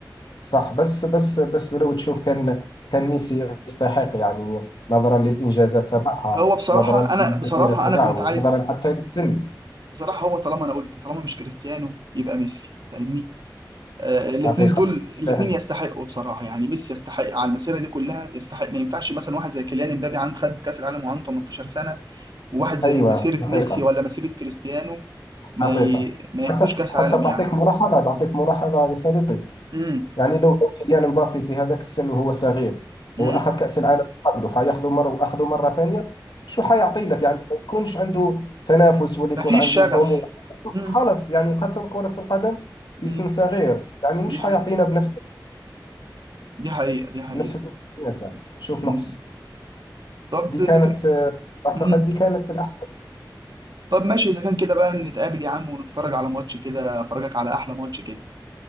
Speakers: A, on the left; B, on the right.
A: صح بس بس بس لو تشوف كان كان ميسي يستحق يعني نظرا للإنجازات تبعها
B: هو بصراحة
A: نظرا
B: أنا
A: للمسيرة
B: بصراحة
A: تبعه
B: أنا كنت عايز
A: نظرا حتى للسن
B: بصراحة هو طالما أنا قلت طالما مش كريستيانو يبقى ميسي فاهمني؟ آه الاتنين
A: حقيقة
B: دول الاتنين
A: يستاهل
B: يستحقوا بصراحة يعني ميسي يستحق على المسيرة دي كلها يستحق ما ينفعش مثلا واحد زي كيليان امبابي عن خد كأس العالم وعنده 18 سنة وواحد زي
A: أيوة
B: مسيرة
A: حقيقة
B: ميسي ولا مسيرة كريستيانو ما
A: حقيقة
B: ي... ما ياخدوش
A: حتى
B: كأس
A: حتى
B: عالم
A: بعطيك
B: يعني
A: ملاحظة بعطيك ملاحظة يا صديقي
B: امم
A: يعني لو لو كيليان مبابي في هذاك السن وهو صغير
B: امم
A: هو اخذ كاس العالم قبله حياخذه مره واخذه مره ثانيه شو حيعطي لك يعني ما يكونش عنده تنافس ولا يكون
B: مفيش
A: عنده
B: شغف
A: طموح
B: مم.
A: خلص يعني ختم كره القدم في
B: مم.
A: سن صغير يعني مش
B: دي حقيقة
A: حيعطينا بنفس
B: دي حقيقة دي حقيقة
A: بنفس الامكانيات يعني شوف
B: مم.
A: نقص
B: طب
A: دي
B: إذا
A: كانت
B: كان
A: آه، اعتقد
B: مم.
A: دي كانت الاحسن
B: طب ماشي إذا كان كده بقى نتقابل يا عم ونتفرج على ماتش كده أفرجك على أحلى ماتش كده